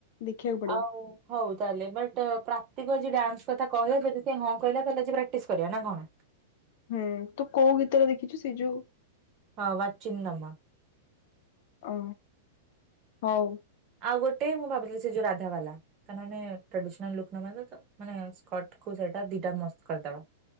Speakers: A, on the left; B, on the right.
A: ଦେଖିବାକୁ ପଡିବ
B: ଆଉ ହୋଉ ତାହେଲେ ବଟ୍ ପ୍ରାତିକ ଯା ଡାନ୍ସ୍ କଥା କହିବା ଯଦି ସେ ହଁ କହିଲ ତାହେଲେ ଆଜି ପ୍ରାକ୍ଟିସ୍ କରିବା ନା କଣ।
A: ହୁଁ ତୁ କୋଉ ଗୀତରେ ଦେଖିଚୁ ସେଇ ଯୋଉ
B: ହଁ ବଚିନ୍ଦମା
A: ଓ ହୋଉ।
B: ଆଉ ଗୋଟେ ମୁଁ ଭାବୁଥିଲି ସେ ଯୋଉ ରାଧା ବାଲା। କାନା ଆମେ ଟ୍ରାଡିସ୍ନାଲ୍ ଲୁକ୍ ନବା ନାଁ ତ ମାନେ ସ୍କର୍ଟ୍ କୁ ସେଟା ଦିଟା ମସ୍ତ୍ କରିଦବା।